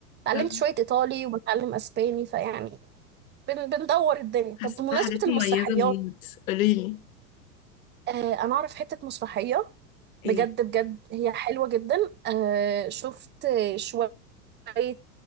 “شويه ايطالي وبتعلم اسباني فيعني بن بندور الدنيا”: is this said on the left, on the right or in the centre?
Right